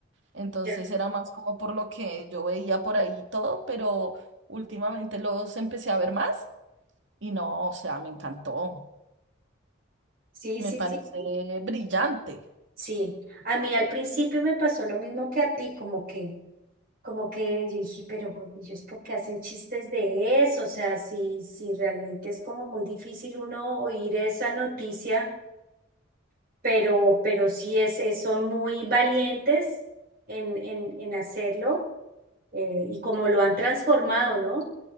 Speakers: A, on the right; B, on the right.
A: Entonces
B: ya.
A: era más como por lo que yo veía por ahí y todo, pero últimamente los empecé a ver más y no, o sea, me encantó.
B: sí,
A: Me
B: sí,
A: parece
B: sí,
A: brillante.
B: sí. A mí al principio me pasó lo mismo que a ti, como que... Como que yo dije, pero güey, ellos por qué hacen chistes de eso, o sea, si, si realmente es como muy difícil uno oír esa noticia, pero, pero sí es, es- son muy valientes en, en, en hacerlo eh, y como lo han transformado, ¿no?